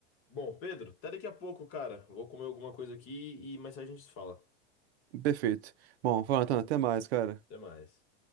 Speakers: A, on the left; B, on the right.
A: Bom, Pedro, até daqui a pouco, cara. Vou comer alguma coisa aqui e mais tarde a gente se fala.
B: Perfeito. Bom, Jonathan, até mais, cara.
A: Até mais.